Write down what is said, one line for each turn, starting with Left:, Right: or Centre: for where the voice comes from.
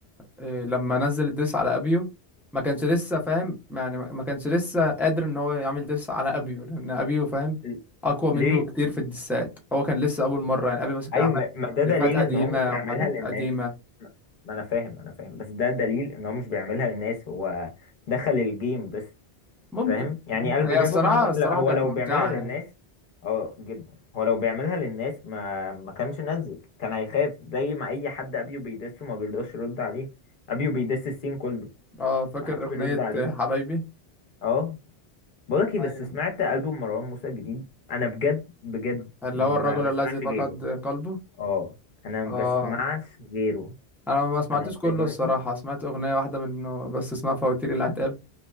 Centre: آه، لما نزل الديس على ابيو ما كانش لسه فاهم يعني ما ما كانش لسه قادر ان هو يعمل ديس على ابيو لان ابيو فاهم
Left: ل-
Centre: اقوى
Left: ليه
Centre: منه كتير في الديسات هو كان لسه اول مره يعني ابيو بس كان
Left: ايوه
Centre: عمل
Left: ما ما ده
Centre: ديفات
Left: دليل
Centre: قديمه
Left: ان هو مش بيعملها
Centre: وحاجات
Left: للناس
Centre: قديمه
Left: ما ما انا فاهم انا فاهم بس ده دليل ان هو مش بيعملها للناس هو دخل الجيم بس
Centre: ممكن
Left: فاهم يعني
Centre: ممكن
Left: قلبه
Centre: هي
Left: جابه
Centre: الصراحه
Left: ان هو ده
Centre: الصراحه
Left: لا هو
Centre: كانت
Left: لو
Centre: ممتعه
Left: بيعملها للناس
Centre: يعني
Left: اه جدا هو لو بيعملها للناس ما ما كانش نزل كان هيخاف زي ما اي حد ابيو بيدسه ما بيرضاش يرد عليه ابيو بيدس السين كله
Centre: اه فاكر
Left: ما حدش
Centre: اغنيه
Left: بيرد عليه
Centre: حبايبي
Left: اه بقولك ايه
Centre: ايوه
Left: بس سمعت البوم مروان موسى الجديد انا بجد بجد
Centre: اللي
Left: ما
Centre: هو الرجل
Left: بسمعش
Centre: الذي فقد
Left: غيره
Centre: قلبه
Left: اه انا ما
Centre: اه
Left: بسمعش غيره
Centre: انا ما سمعتوش
Left: انا
Centre: كله
Left: دلوقتي
Centre: الصراحه سمعت اغنيه واحده منه بس اسمها فواتير العتاب